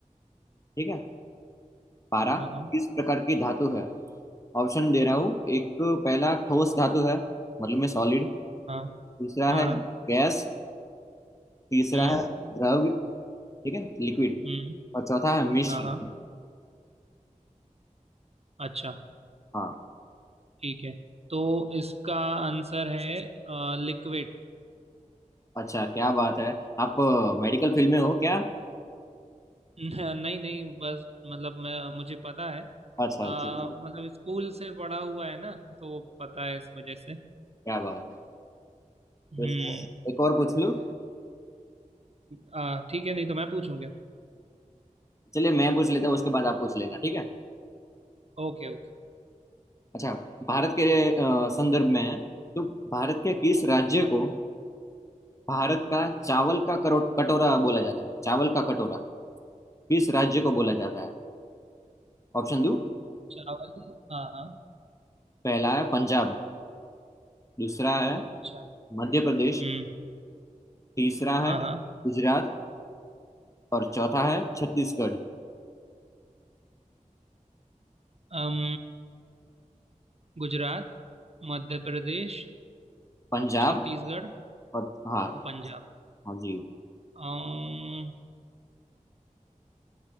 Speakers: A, on the left; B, on the right.
A: ठीक है पारा
B: हाँ हाँ
A: किस प्रकार की धातु है ऑप्शन दे रहा हूँ एक पहला ठोस धातु है मतलब में सॉलिड
B: हाँ
A: दूसरा
B: हाँ
A: है
B: हाँ,
A: गैस तीसरा
B: हम्म
A: है द्रव ठीक है लिक्विड
B: हम्म
A: और चौथा है मिश्र
B: हाँ हाँ अच्छा
A: हाँ
B: ठीक है तो इसका आंसर है लिक्विड
A: अच्छा क्या बात है आप मेडिकल फील्ड में हो क्या
B: <laughs> नहीं नहीं बस मतलब मैं मुझे पता है
A: अच्छा
B: अ,
A: जी जी,
B: मतलब स्कूल से पढ़ा हुआ है ना तो पता है इस वजह से
A: क्या बात है
B: हम्म
A: वैसे एक और पूछ लूँ
B: अ, ठीक है नहीं तो मैं पूछूंगा
A: चलिए मैं पूछ लेता हूँ उसके बाद आप पूछ लेना ठीक है
B: Okay okay
A: अच्छा भारत के अ, संदर्भ में है, तो भारत के किस राज्य को भारत का चावल का करो कटोरा बोला जाता है चावल का कटोरा किस राज्य को बोला जाता है ऑप्शन दो
B: चावल हाँ हाँ
A: पहला है पंजाब दूसरा है
B: अच्छा
A: मध्य प्रदेश
B: हम्म
A: तीसरा है
B: हाँ हाँ
A: गुजरात और चौथा है छत्तीसगढ़
B: अम, गुजरात मध्य प्रदेश
A: पंजाब
B: छत्तीसगढ़
A: और हाँ
B: और पंजाब
A: हाँ जी
B: अम,